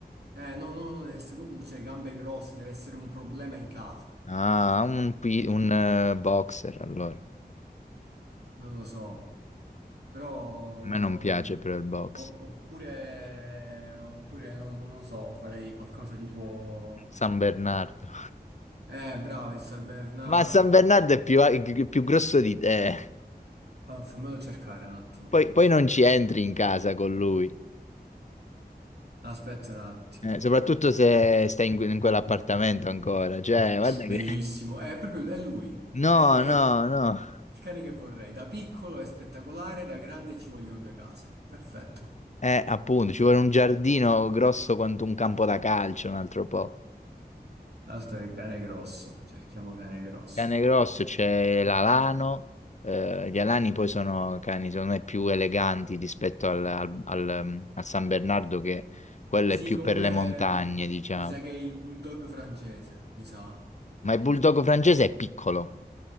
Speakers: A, on the right (about 80°); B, on the left (about 45°).
A: Eh, no, no, no, deve essere proprio, cioè, gambe grosse, deve essere un problema in casa.
B: Ah, un, pi- un eh, boxer allora. A
A: Non lo so, però...
B: me non piace
A: mm,
B: però il box.
A: O- oppure, oppure non, non lo so, farei qualcosa tipo...
B: San Bernardo. <laughs>
A: Eh, bravo, il San Bernardo.
B: Ma San Bernardo è più, più grosso di te.
A: Fa- fammelo cercare un attimo.
B: Poi, poi non ci entri in casa con lui.
A: Aspetta un attimo.
B: Eh, soprattutto se stai in, que- in quell'appartamento ancora. Cioè, guarda
A: Bellissimo.
B: che...
A: Eh, È proprio è lui.
B: No,
A: È, è
B: no, no.
A: il cane che vorrei. Da piccolo è spettacolare, da grande ci vogliono due case. Perfetto.
B: Eh, appunto, ci vuole un giardino grosso quanto un campo da calcio, un altro po'.
A: Aspetta, il cane grosso. Cerchiamo cane grosso.
B: Cane grosso c'è l'alano, eh, gli alani poi sono cani, secondo me, più eleganti rispetto al, al- al, mm, al San Bernardo, che quello
A: Sì,
B: è più
A: comunque
B: per le montagne, diciamo.
A: mi sa che è il bulldog francese, mi sa.
B: Ma il bulldog francese è piccolo,